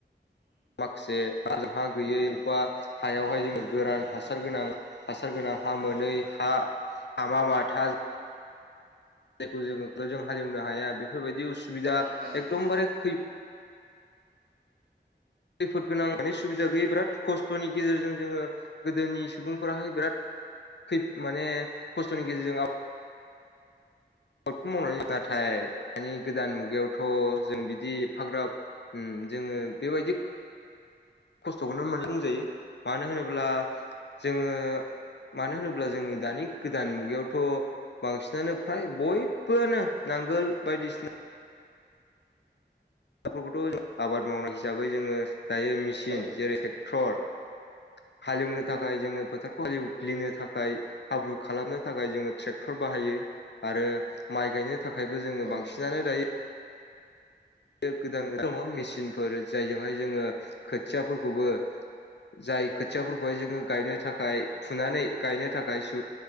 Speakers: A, on the left; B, on the right.
A: माखासे हा-हा गैयै बा हायावहाय जोङो गोरान हासार गोनां हासार गोनां हा मोनै हा हामा माथा जायखौ जोङोजों <unintelligible> हालेवनो हाया बेफोरबायदि उसुबिदा
B: औ ओं ओं औ
A: एकदमबारे खै खैफोद गोनां माने सुबिदा गैयै बिराद खस्थ'नि गेजेरजों जोङो गोदोनि सुबुंफोराहाय बेराद खै माने खस्थ'नि गेजेरजों आब बादखौ मावनानै नाथाय दानि गोदान मुगायावथ जों बिदि एफाग्राब उम जोङो बेबायदि खस्थखौनो मोन बुंजायो मानो होनोब्ला जोङो मानो होनोब्ला जोङो दानि गोदान मुगायावथ बांसिनानो फ्राय बयबोआनो नांगोल बायदिसिना फोरखौथ आबाद मावनाय हिसाबै जोङो दायो मेसिन
B: औ
A: जेरै टेक ट्रर हालेवनो थाखाय जोङो फोथारखौ एवग्लिनो था खाय हाब्रु खालामनो थाखाय जोङो ट्रेक्टर बाहायो आरो माइ गायनो थाखायबो जोङो
B: औ
A: बांसिनानो दायो बे गोदान दङ‌ मिसिनफोर जायजोंहाय जोङो खोथियाफोरखौबो जाय खोथियाफोरखौहाय जोङो गायनो थाखाय फुनानै गायनो थाखाय सु